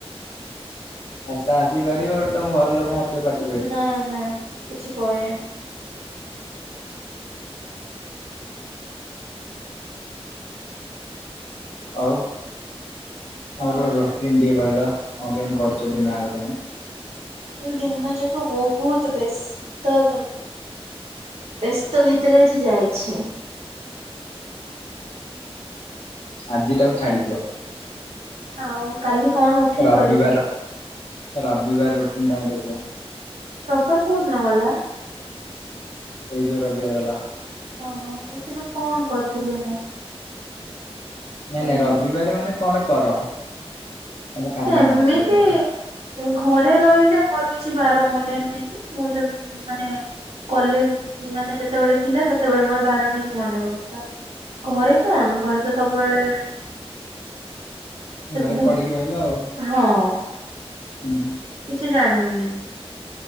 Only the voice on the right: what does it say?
ନା ନା କିଛି କହିବେନି
ଆଉ
ଦିନ ଯାକ ବହୁତ ବ୍ୟସ୍ତ ଜ ବ୍ୟସ୍ତ ଭିତରେ ଆଜି ଯାଇଛି
ଆଉ କାଲି କଣ ଉଠିକି
କରିବି
ରବିବାର କୋଉ ଦିନ ଗଲା?
ଓହୋ ସେଦିନ କଣ କରିଥିଲି ମୁଁ
ହୁଁ
ସେମିତି
ଘରେ ରହିଲେ ମୋର କିଛି ବାର ମନେ ରୁହେନି ମୁଁ ତ ମାନେ କଲେଜ ମାନେ ଯେତେବେଳେ ଥିଲା ସେତେବେଳେ ମୋର ବାର ଠିକ୍ ମନେ ରହୁଥିଲା ଘରେ କଣ <unintelligible> ଘରେ ତ ସବୁବେଳେ
ବୁ
ହଁ
କିଛି ଜାଣିବିନି